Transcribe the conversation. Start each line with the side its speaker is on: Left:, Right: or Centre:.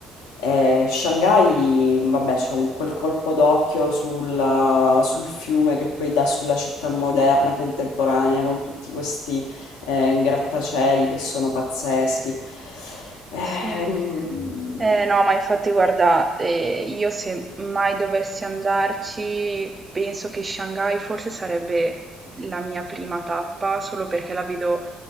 Left: Eh, Shanghai, vabbè, c'è un- quel colpo d'occhio sul, sul fiume che poi dà sulla città moderna, contemporanea, con tutti questi eh, grattacieli che sono pazzeschi. Ehm,
Right: Sì. Eh, no, ma infatti guarda, eh, io se mai dovessi andarci, penso che Shanghai forse sarebbe la mia prima tappa, solo perché la vedo,